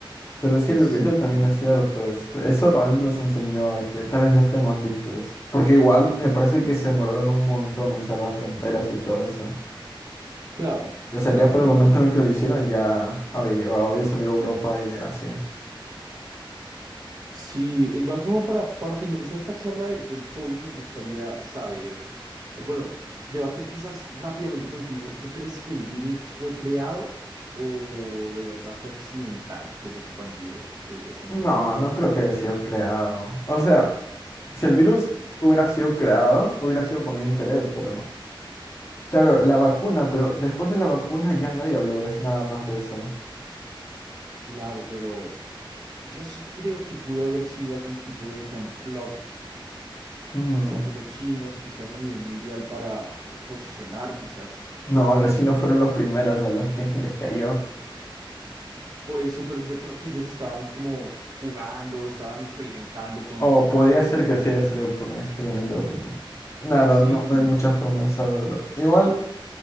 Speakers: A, on the left; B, on the right.
A: Pero sí,
B: pues
A: lo
B: sí,
A: que dices
B: sí,
A: también
B: sí.
A: es cierto. este, eso realmente nos enseñó a que tal vez no estemos listos. Porque igual me parece que se demoraron un montón en cerrar fronteras y todo eso.
B: Claro,
A: Y, o sea,
B: claro,
A: ya por
B: claro.
A: el Claro, momento en el que lo hicieron ya había llegado, había salido de Europa y de Asia.
B: Sí, e igual forma para, para finalizar esta charla del, del COVID me gustaría saber, eh, bueno, debatir quizás rápidamente contigo, ¿tú crees que el virus fue creado o de verdad fue accidental que se expandió eh, esa enfermedad?
A: No, no creo que haya sido creado. O sea, si el virus hubiera sido creado, hubiera sido con un interés, pero... Claro, la vacuna, pero después de la vacuna ya nadie habló, es nada más de eso.
B: Claro, pero yo sí creo que pudo haber sido algún tipo de complot,
A: Mm,
B: quizás de los chinos, quizás a nivel mundial para eh, posicionar quizás
A: No, los
B: eh,
A: chinos fueron los primeros a los que <laughs> les cayó.
B: por eso, pero yo creo que ellos estaban como jugando, estaban experimentando con,
A: O podía ser
B: con,
A: que sí haya sido por un experimento, pero la verdad
B: sí,
A: no, no hay mucha forma de saberlo. Igual,